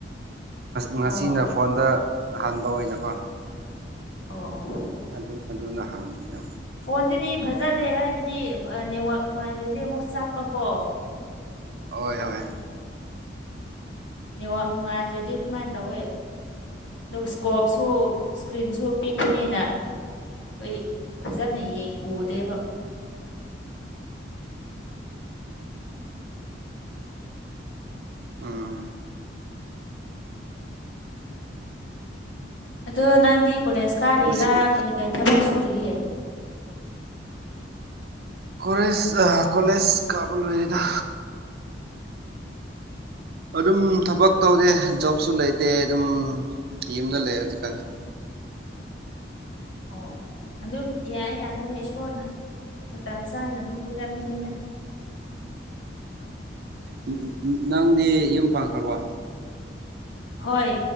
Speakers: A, on the right (about 55°); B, on the left (about 80°).
A: ꯉꯁꯤꯅ
B: ꯑꯣ ꯑꯣ
A: ꯐꯣꯟꯗ ꯑꯍꯥꯟꯕ ꯑꯣꯏꯅꯀꯣ
B: ꯑꯣ ꯑꯣ
A: ꯑꯗꯨ ꯑꯗꯨ ꯅꯍꯥꯡꯅꯤꯗ
B: ꯐꯣꯟꯗꯨꯗꯤ ꯐꯖꯗꯦ ꯍꯥꯏꯕꯗꯤ ꯅꯦꯠꯋꯥꯛ ꯅꯨꯡꯉꯥꯏꯇ꯭ꯔꯁꯦ ꯑꯃꯨꯛ ꯆꯠꯄꯀꯣ꯫
A: ꯍꯣꯏ ꯍꯣꯏ꯫
B: ꯅꯦꯋꯥꯛ ꯅꯨꯡꯉꯥꯏꯇ꯭ꯔꯗꯤ ꯑꯗꯨꯃꯥꯏꯅ ꯇꯧꯋꯦ꯫ ꯑꯗꯨꯒ ꯏꯁꯀꯣꯞꯁꯨ ꯏꯁꯀ꯭ꯔꯤꯟꯁꯨ ꯄꯤꯛꯄꯅꯤꯅ꯫ ꯍꯣꯏ ꯐꯖꯅ ꯌꯦꯡ ꯎꯗꯦꯕ꯫
A: ꯎꯝ꯫
B: ꯑꯗꯣ ꯅꯪꯗꯤ ꯀꯣꯂꯦꯖ ꯀꯥꯔꯤꯔꯥ
A: ꯉꯁꯤꯗꯤ
B: ꯀꯩ ꯀꯩ ꯊꯕꯛ ꯁꯨꯔꯤꯒꯦ꯫
A: ꯀꯣꯂꯦꯖ ꯀꯣꯂꯦꯖ ꯀꯥꯕ ꯂꯣꯏꯔꯦꯗ꯫ ꯑꯗꯨꯝ ꯊꯕꯛ ꯇꯧꯗꯦ ꯖꯣꯕꯁꯨ ꯂꯩꯇꯦ ꯑꯗꯨꯝ ꯌꯨꯝꯗ ꯂꯩ ꯍꯧꯖꯤꯛꯀꯥꯟꯁꯨ
B: ꯑꯣ ꯑꯗꯨꯝ ꯌꯥꯏ ꯌꯥꯅꯕ ꯏꯁꯣꯔꯅ ꯃꯇꯝ ꯆꯥꯅ ꯑꯗꯨꯝ ꯄꯤꯔꯛꯀꯅꯤꯗ꯫
A: ꯎꯝ ꯅꯪꯗꯤ ꯌꯨꯝ ꯄꯥꯟꯈ꯭ꯔꯕꯣ꯫
B: ꯍꯣꯏ